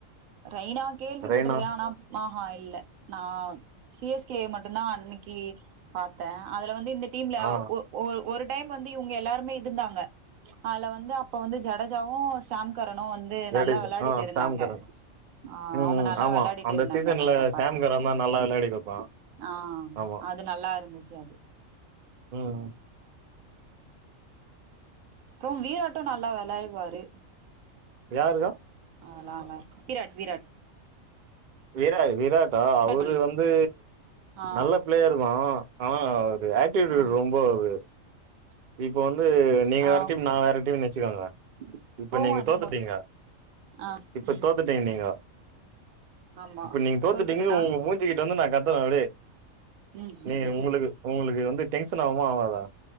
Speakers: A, on the right (about 80°); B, on the right (about 50°).
A: ரெய்னா கேள்விப்பட்ருக்கேன்
B: ரெய்னா
A: ஆனா ம் ஆ இல்ல நான் சிஎஸ்கே மட்டு நான் அன்னைக்கு பாத்தேன் அதுல வந்து இனி இந்த டீம்ல
B: ஆ
A: ஒ ஒரு ஒரு டைம் வந்து இவங்க எல்லாருமே இருந்தாங்க அதுல வந்து அப்ப வந்து ஜடஜாவும் சாம்கர் வந்து
B: ஜடேஜா
A: நல்லா விளையாடிட்டு
B: ஆ
A: இருந்தாங்க
B: சாம் கரன்
A: ஆ
B: ம்
A: அவங்க
B: ம்,
A: நல்லா
B: ஆமா
A: விளையாடிட்டு
B: அந்த
A: இருந்தாங்க
B: சீசன்ல
A: அப்ப பாத்தே
B: சாம் கரன் தா நல்லா விளையாடி குடுப்பா
A: ஆ
B: ஆமா
A: அது நல்லா இருந்துச்சு அது
B: ம்
A: அப்புறம் வீராட்டும் நல்லா விளையாடுவாரு
B: யாருக்கா
A: ஆ ந நல்லா இருக்கும் விராட் விராட்
B: விர் விராட்டா அவரு
A: கோலி
B: வந்து
A: ஆ
B: நல்ல பிளேயரு தான் ஆனா ஆக்டிவிட்டி
A: ஆ
B: ரொம்ப ஒரு ம் இப்ப வந்து நீங்க
A: ஆ
B: வேற டீம் நான் வேற டீம் வச்சு வச்சுக்கங்க இப்ப
A: கோவோ
B: நீங்க
A: அதிகமா
B: தோத்துட்டீங்க
A: ஆ
B: இப்ப
A: ம்
B: தோத்துட்டீங்க நீங்க
A: ஆமா
B: இப்ப நீங்க தோத்துட்டீங்கு
A: தோத்துட்டனா
B: உங்க மூஞ்சுிக்கிட்டு வந்து நான் கத்த அட <unintelligible>
A: ம்
B: நீ உங்களுக்கு உங்களுக்கு வந்துட்டேன் னமா <unintelligible> ஆகாதா